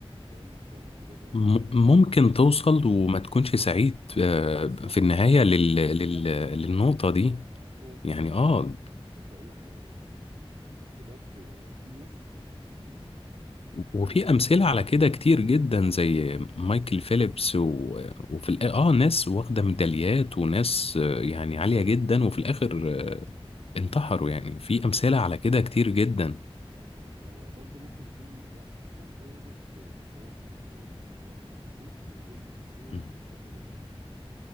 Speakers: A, on the right; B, on the left.
A: او انك تعمل انجاز علمي
B: م- ممكن توصل وما تكونش سعيد آه،
A: بالظبط
B: في النهاية
A: انا هو
B: لل...
A: هو
B: لل...
A: ده اللي انا كنت هقول
B: للنقطة
A: لك عليه
B: دي
A: لا لا هو فعلا
B: يعني اه
A: ده اللي انا كنت كنت هقول لك عليه يا صاحبي يعني بجد في ناس يعني بت- بتعمل
B: وفي
A: انجازات
B: امثله على كده كتير جدا
A: اه
B: زي
A: وفي الاخر
B: مايكل
A: بكتئب
B: فيليبس و... وفي الآ- اه ناس واخده ميداليات وناس آه، يعني عاليه جدا وفي الاخر آه، انتحروا يعني في
A: لا،
B: امثله على كده كتير جدا
A: اه يعني هو برضو ممكن يكون الموضوع اكتر برضو ب- بسبب الجزئية دي ان هو ما عندوش مرونة نفسية
B: مم.
A: في تقبل الازمات